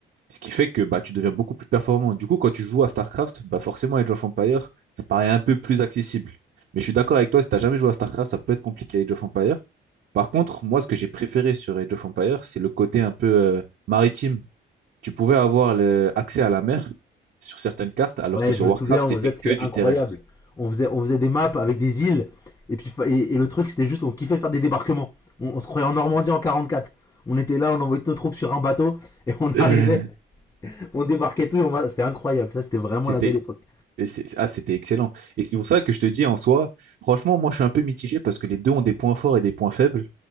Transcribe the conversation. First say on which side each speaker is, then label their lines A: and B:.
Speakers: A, on the right; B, on the left.
A: Ce qui fait que bah, tu deviens beaucoup plus performant. Du coup, quand tu joues à StarCraft, bah, forcément, Age of Empires, ça paraît un peu plus accessible. Mais je suis d'accord avec toi, si t'as jamais joué à StarCraft, ça peut être compliqué à Age of Empires. Par contre, moi, ce que j'ai préféré sur Age of Empires, c'est le côté un peu euh, maritime tu pouvais avoir le- accès à la mer sur certaines cartes, alors
B: Ouais,
A: que sur
B: je me
A: Warcraft,
B: souviens, on
A: c'était
B: faisait, c'était
A: que du
B: incroyable.
A: terrestre.
B: On faisait, on faisait des maps avec des îles, et puis fa- et, et le truc, c'était juste, on kiffait faire des débarquements. On, on se croyait en Normandie en 44. On était là, on envoyait toutes nos troupes sur un bateau, et on
A: <laughs>
B: <laughs> arrivait, on débarquait tout, et on va- c'était incroyable. Ça, c'était vraiment
A: C'était
B: la belle époque.
A: Et c'est- ah, c'était excellent. Et c'est pour ça que je te dis en soi, franchement, moi je suis un peu mitigé parce que les deux ont des points forts et des points faibles.